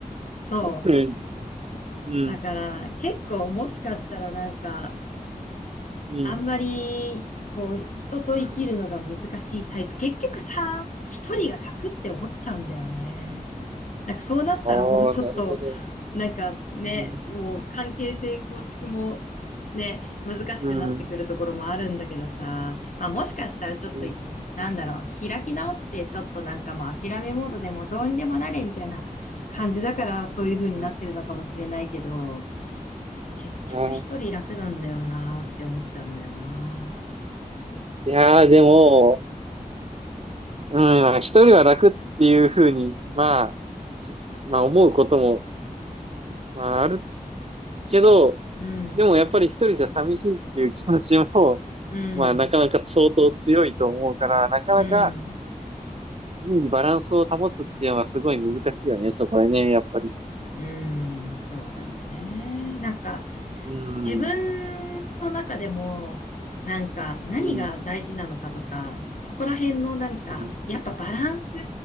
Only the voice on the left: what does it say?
う、そう。
だから、結構もしかしたらなんか、
あんまり、こう、人と生きるのが難しいタイプ。
結局さ、一人が楽って思っちゃうんだよね。なんかそうなったらもうちょっと、
なんかね、
もう関係性構築もね、難しくなってくるところもあるんだけどさ、
まあもしかしたらちょっと、
なんだろう、開き直ってちょっとなんかもう諦めモードでもどうにでもなれみたいな感じだからそういう風になってるのかもしれないけど、
結局一人楽なんだよなーって思っちゃうんだよな
うん、
うん、
うん、
うん、そうだね。なんか、
自分の中でも、
なんか、何が大事なのかとか、
そこら辺のなんか、
やっぱバランス、